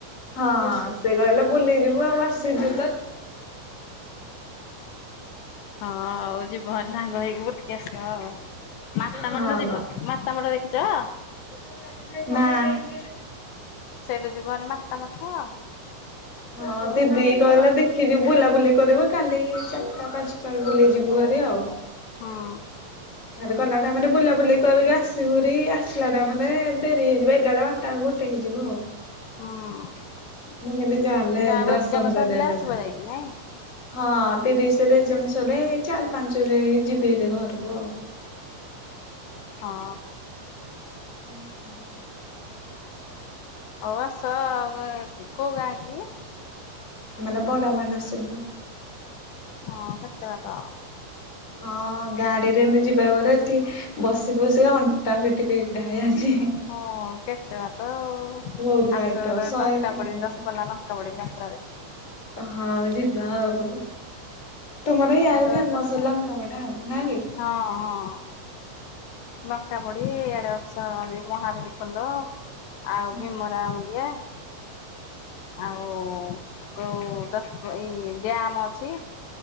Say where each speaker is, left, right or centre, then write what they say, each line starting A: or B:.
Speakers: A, on the left (about 20°); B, on the left (about 80°).
A: ହଁ। ସେ କହିଲା ବୁଲେଇ ଯିବୁ ଆଉ ଆସିଚୁ
B: <inaudible> ହଁ। ହଁ ହଉ ଯିବ ଭରେ ସାଙ୍ଗ ହେଇକି ବୁଟିକି ଆସିବ ଆଉ ମାତା
A: ହଁ
B: ମଠ ଯିବ ମାତା ମଠ ଦେଖ ଚ।
A: ନା।
B: ସେଇଟା ଯିବ ଭାରି ମାତା ମଠୁ
A: ହଁ ଦିଦି କହିଲା ଦେଖିକି ବୁଲାବୁଲି କରିବୁ କାଲି ଟା ପାଞ୍ଚଟାରେ ବୁଲେଇ ଯିବୁ ହାରି ଆଉ।
B: ହୁଁ
A: ହେଟୁ ଗଲା ଟ ମେ ବୁଲା ବୁଲି କରିକି ଆସିବୁରରି ଆସିଲା ଟା ମେ ଦେଡରି ହେଇଯିବ ଏଗାଡେ ବଟା ଗୋଟେ ଟେ ହେଇଯିବ ଆଉ।
B: ହୁଁ
A: ମୁଁ ଦିନେ ଚାଣିଲେ
B: ଗାଁକୁ
A: ଦର୍ଶନ
B: ଏକ୍ଜାମ
A: କରିବା
B: ସରିଲେ
A: ଜପାରେ
B: ଆସିବ ଯାଇକି ନାଇଁ
A: ହଁ ତିରିଶରେ <unintelligible> ଚାରି ପାଞ୍ଚ ରେ ଯିବେ ହେ ଘରକୁ ଆଉ।
B: ହଁ।
A: ହୁଁ ହୁଁ।
B: ହୋଉ ଆ ସ କୋଉ ଗାଁ କି?
A: ଆମ ଗାଁ ବଡମାନସିଂପୁର।
B: ହଁ କେତେବାଟ
A: ହଁ ଗାଡିରେ ଏମତି ଯିବା ପରେ ଏଠି ବସିବସିଅଣ୍ଟା ଫିଟି ପିଟା ହେଇଯାଉଛି।
B: ହଁ କେତେ ବାଟ ଟ
A: ବହୁତ ବାଟ
B: ଆସ ଲଙ୍କାପଡ଼ି
A: ଶହେ କିଲୋମିଟର
B: ଦଶ ପଲା ଲଙ୍କାପଡ଼ି ଯାତ୍ରାରେ
A: ହଁ ଯିବା ଆଉ। ତୁମର ହିୟାଡେ ଫେମସ
B: ଜାଣିଛ ନା ନାଇଁ?
A: ଲଙ୍କା ବଡି ଆଉ ନାଁ କି?
B: ହଁ ହଁ ଲଙ୍କା ବଢି ଆଡେ ଅଛି ମହାବୀରୀ ପୋହ। ଆଉ
A: ହୁଁ
B: ଭିମରା ମୁଣ୍ଡିଆ ଆଉ ଯୋଉ ଇ ଦଶ ଏଇ ଡ୍ୟାମ ଅଛି।